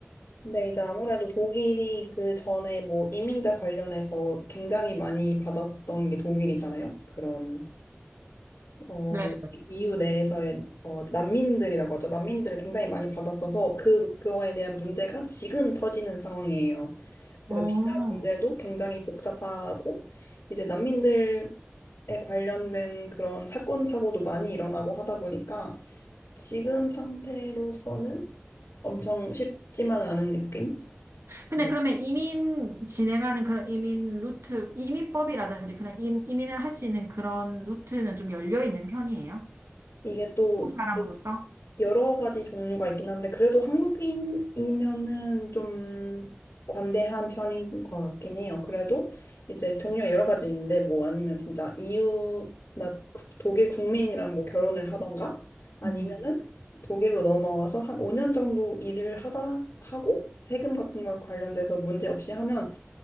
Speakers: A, on the left (about 70°); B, on the right (about 70°).
A: 근데 이제 아무래도 독일이 그 전에 뭐 이민자 관련해서 굉장히 많이 받았던 게 독일이잖아요. 그런 어,
B: 네.
A: 이- EU 내에서의 어, 난민들이라고 하죠. 난민들을 굉장히 많이 받았어서 그, 그거에 대한 문제가 지금 터지는 상황이에요. 그래서
B: 어.
A: 비자 문제도 굉장히 복잡하고 이제 난민들에 관련된 그런 사건 사고도 많이 일어나고 하다 보니까 지금 상태로서는 엄청 쉽지만 않은 느낌?
B: 근데
A: 음.
B: 그러면 이민 진행하는 그런 이민 루트, 이민법이라든지 그런 임, 이민을 할 수 있는 그런 루트는 좀 열려 있는 편이에요?
A: 이게 또
B: 한국 사람으로서?
A: 여러 가지 종류가 있긴 한데 그래도 한국인이면은 좀 관대한 편인 것 같긴 해요. 그래도 이제 종류가 여러 가지 있는데 뭐 아니면 진짜 이유 나 구- 독일 국민이랑 뭐 결혼을 하던가 아니면은
B: 음.
A: 독일로 넘어와서 한 5년 정도 일을 하다 하고 세금 같은 걸 관련돼서 문제 없이 하면